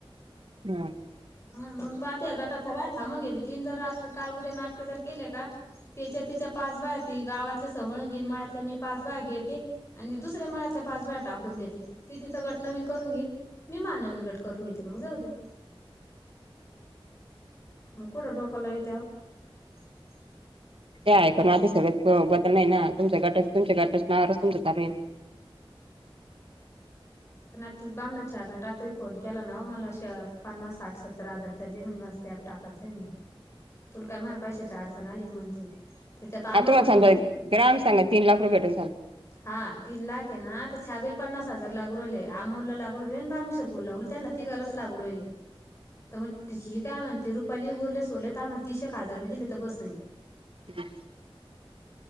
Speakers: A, on the right; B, on the left.
A: हम.
B: हा मग बह गट थय थांबून घेते तीन जर रात्र काल उद्या नाटक <unintelligible> ार केले का त्याच्या तिच्या पाच बाया त गावातल्या समळून घीन माळ्यातले मी पाच बाय <unintelligible> घे ते आणि दुसऱ्या मळ्यातल्या पाच ब्या टाकून देते, ती तिचां गट नवीन करून घेईन. मी माज नवीन गट करून घेते मग जाऊ दे. मुकुट उडोकलयतव <unintelligible>
A: ते आहेत, आता सगळ्याच बदल नाही ना तुमच्या गटाच तुमच्या गटाचं नाव र तमचं चालू आहेल.
B: ति बामना छ आपण रात्री फोन केला ना मला अस पन्नास साठ सत्तर हजार तररी दे म्हण म लॅब टाकाच <unintelligible> म्हणे तुला काय म पैशाच्या अडचण आलीकी म्हणती. त्याच्यात अमोल
A: आ तुम्हाला
B: म्हणतो
A: सांगतो
B: मी
A: ग्राम सांगा तीन लाख रुपये भेटल सांगा.
B: हा तीन ला <unintelligible> आता <unintelligible> पन्नास हजार लागू राहिले, अमोल लागू राहिले आणि <unintelligible> त्यांना तिघांनाच लागू राहिले. <unintelligible> तर मग ही काय? म्हणते, रुपाली उरल्या सोरल्या तमल हजार रुपये दिले तर बसयं
A: <unintelligible>